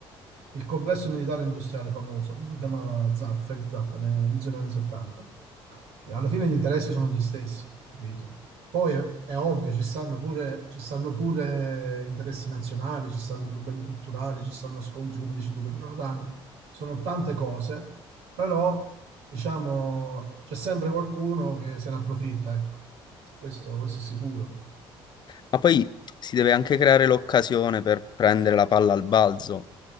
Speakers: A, on the right (about 80°); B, on the left (about 45°).
A: il complesso militare industriale famoso, come lo chiamava Zapp, Frank Zappa, all'inizio degli anni 70. E alla fine gli interessi sono gli stessi, capito? Poi è, è ovvio, ci stanno pure, ci stanno pure interessi nazionali, ci stanno problemi culturali, ci stanno scontri, come dici tu, che durano da anni. Sono tante cose, però diciamo c'è sempre qualcuno che se ne approfitta, ecco. Questo, questo è sicuro.
B: Ma poi si deve anche creare l'occasione per prendere la palla al balzo.